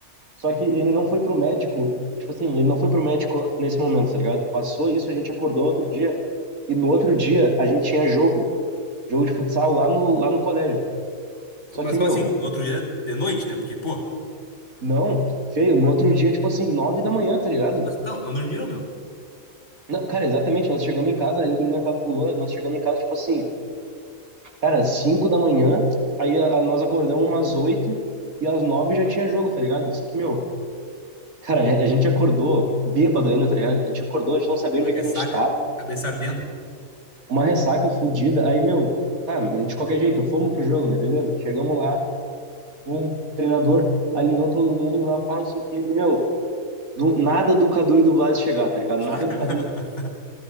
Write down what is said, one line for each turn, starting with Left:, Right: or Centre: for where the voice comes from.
Right: só que ele não foi pro médico, tipo assim, ele não foi pro médico nesse momento, tá ligado? Passou isso, a gente acordou outro dia, e no outro dia a gente tinha jogo, jogo de futsal lá no, lá no colégio. Só
Left: Mas
Right: que, meu,
Left: como assim? No outro dia, de noite, né? Porque, pô,
Right: não, feio, no outro dia, tipo assim, nove da manhã, tá ligado?
Left: mas então, não dormiram, meu.
Right: Não, cara, exatamente, nós chegamos em casa, eu dormi na casa do Luan, nós chegamos em casa, tipo assim, cara, cinco da manhã, aí a- a- nós acordamos umas oito, e às nove já tinha jogo, tá ligado? Só que, meu, Cara, é, a gente acordou bêbado ainda, tá ligado? A gente acordou, a gente não sabia
Left: Aquela
Right: onde
Left: ressaca,
Right: é que a gente tava.
Left: cabeça ardendo.
Right: Uma ressaca fodida. Aí, meu, tá, mas de qualquer jeito, fomos pro jogo, né? Beleza? Chegamos lá, o treinador alinhou todo mundo lá, pá, não sei o quê. E, meu, do, nada do Cadu e do Blas chegar, tá ligado?
Left: <laughs>
Right: Nada do Cadu.